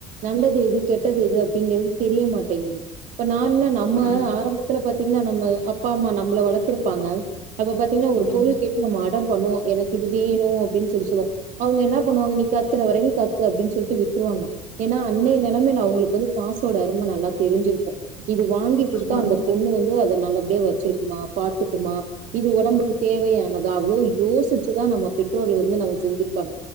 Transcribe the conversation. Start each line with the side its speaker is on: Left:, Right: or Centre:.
Right: நல்லது எது கெட்டது எது அப்டிங்குறது தெரியமாட்டேங்குது இப்ப நா என்ன நம்ம
Left: ம்
Right: ஆரம்பத்துல பாத்தீங்னா நம்ம அப்பா அம்மா நம்மள வளத்துருப்பாங்க அப்ப பாத்தீங்னா ஒரு
Left: ம்
Right: பொருள் கேட்டு நம்ம அடம் பண்ணுவோ எனக்கு இது வேனு அப்டின் சொல்லி சொல்லுவோ அவுங்க என்னா பண்ணுவாங்க நீ கத்துற வரைக்கு கத்து அப்டின் சொல்ட்டு விட்ருவாங்க ஏன்னா அன்னைய நெலமையில அவுங்களுக்கு வந்து காசோட அரும நல்லா தெரிஞ்சிருக்கு இது வாங்கி குடுத்தா
Left: ம்
Right: அந்த பொண்ணு வந்து அத நல்லபடியா வெச்சிருக்குமா பாத்துக்குமா இது ஒடம்புக்கு தேவையானதா அவ்ளோ யோசிச்சுதா நம்ம பெற்றோர்கள் வந்து நமக்கு செஞ்சுருப்பாங்க